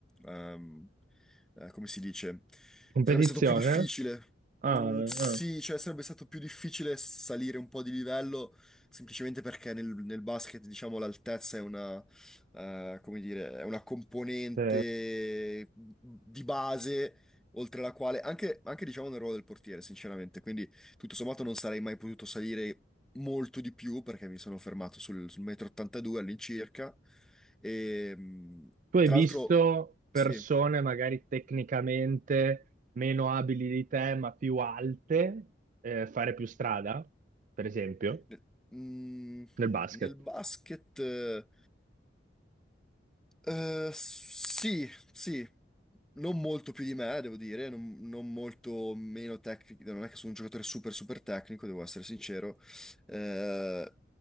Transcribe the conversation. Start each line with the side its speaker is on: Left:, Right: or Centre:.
Centre: ehm, eh, come si dice?
Right: Competizione?
Centre: Sarebbe stato più difficile.
Right: Ah,
Centre: Mm, sì,
Right: ah.
Centre: cioè sarebbe stato più difficile salire un po' di livello semplicemente perché nel, nel basket, diciamo, l'altezza eh, come dire, è una componente
Right: Sì.
Centre: mm, di base oltre la quale, anche, anche diciamo nel ruolo del portiere, sinceramente, quindi tutto sommato non sarei mai potuto salire molto di più perché mi sono fermato sul, sul metro 82 all'incirca e mh,
Right: Tu hai
Centre: tra l'altro
Right: visto persone
Centre: sì,
Right: magari tecnicamente meno abili di te, ma più alte, eh, fare più strada, per esempio,
Centre: nel, mh,
Right: nel basket?
Centre: nel basket... eh, Eh, sì, sì, non molto più di me, devo dire, non, non molto meno tecnico, non è che sono un giocatore super super tecnico, devo essere sincero, Eh,